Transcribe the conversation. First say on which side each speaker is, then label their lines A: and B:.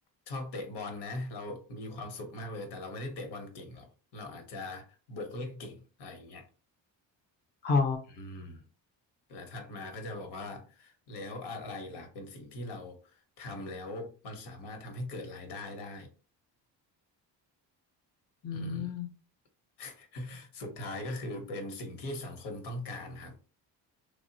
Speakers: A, on the left; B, on the left.
A: ชอบเตะบอลนะเรามีความสุขมากเลยแต่เราไม่ได้เตะบอลเก่งหรอกเราอาจจะบวกเลขเก่งอะไรอย่างเงี้ย
B: อ๋อ
A: อืมแต่ถัดมาก็จะบอกว่าแล้วอะไรล่ะเป็นสิ่งที่เราทำแล้วมันสามารถทำให้เกิดรายได้ได้
B: อืม
A: อืม <laughs> สุดท้ายก็คือเป็นสิ่งที่สังคมต้องการครับ